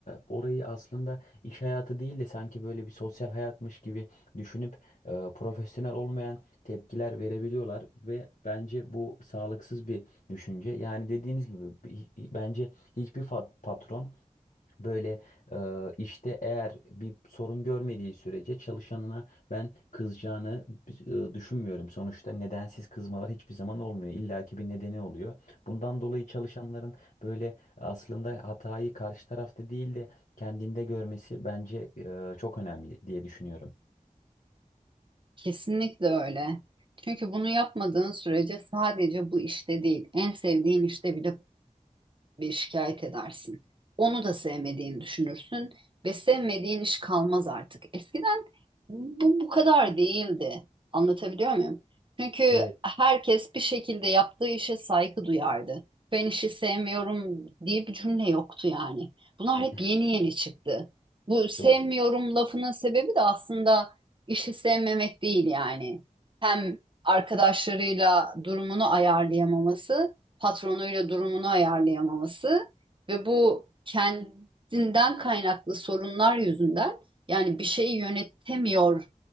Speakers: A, on the left; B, on the right.
A: orayı aslında iş hayatı değil de sanki böyle bir sosyal hayatmış gibi düşünüp e, profesyonel olmayan tepkiler verebiliyorlar ve bence bu sağlıksız bir düşünce. Yani dediğiniz gibi bi- bence hiçbir fa- patron Böyle e, işte eğer bir sorun görmediği sürece çalışanına ben kızacağını e, düşünmüyorum. Sonuçta nedensiz kızmalar hiçbir zaman olmuyor. İlla ki bir nedeni oluyor. Bundan dolayı çalışanların böyle aslında hatayı karşı tarafta değil de kendinde görmesi bence e, çok önemli diye düşünüyorum.
B: Kesinlikle öyle. Çünkü bunu yapmadığın sürece sadece bu işte değil, en sevdiğin işte bile bir şikayet edersin. Onu da sevmediğini düşünürsün ve sevmediğin iş kalmaz artık. Eskiden bu bu kadar değildi. Anlatabiliyor muyum? Çünkü
A: Evet,
B: herkes bir şekilde yaptığı işe saygı duyardı. Ben işi sevmiyorum diye bir cümle yoktu yani. Bunlar
A: e,
B: hep yeni yeni çıktı. Bu sevmiyorum
A: doğru.
B: lafının sebebi de aslında işi sevmemek değil yani. Hem arkadaşlarıyla durumunu ayarlayamaması patronuyla durumunu ayarlayamaması ve bu kendinden kaynaklı sorunlar yüzünden yani bir şeyi yönetemiyor